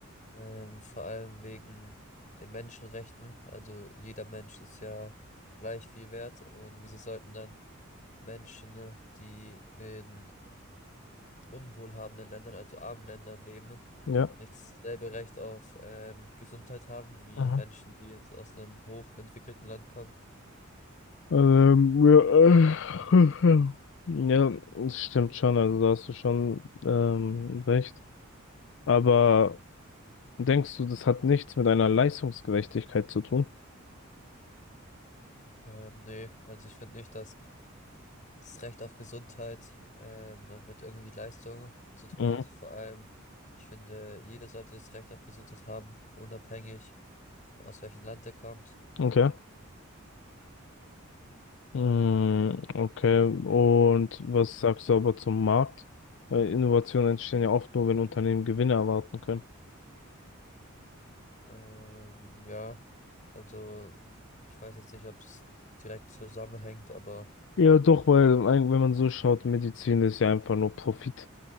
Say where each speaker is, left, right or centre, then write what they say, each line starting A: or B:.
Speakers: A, on the left; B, on the left.
A: Ähm, vor allem wegen den Menschenrechten. Also jeder Mensch ist ja gleich viel wert und wieso sollten dann Menschen, ne, die in unwohlhabenden Ländern, also armen Ländern leben,
B: Ja.
A: nicht dasselbe Recht auf ähm, Gesundheit haben wie
B: Aha.
A: Menschen, die jetzt aus einem hochentwickelten Land kommen.
B: Ähm, ja, äh, <laughs> <sighs> ja, das stimmt schon, also da hast du schon ähm, recht. Aber denkst du, das hat nichts mit einer Leistungsgerechtigkeit zu tun?
A: Ähm, nee, also ich finde nicht, dass das Recht auf Gesundheit ähm, mit irgendwie Leistung zu tun
B: Mhm.
A: hat. Vor allem, ich finde, jeder sollte das Recht auf Gesundheit haben, unabhängig aus welchem Land er kommt.
B: Okay. Mm, Okay, und was sagst du aber zum Markt? Weil Innovationen entstehen ja oft nur, wenn Unternehmen Gewinne erwarten können.
A: Ähm, ja, also ich weiß jetzt nicht, ob es direkt zusammenhängt, aber
B: Ja, doch, weil ein- wenn man so schaut, Medizin ist ja einfach nur Profit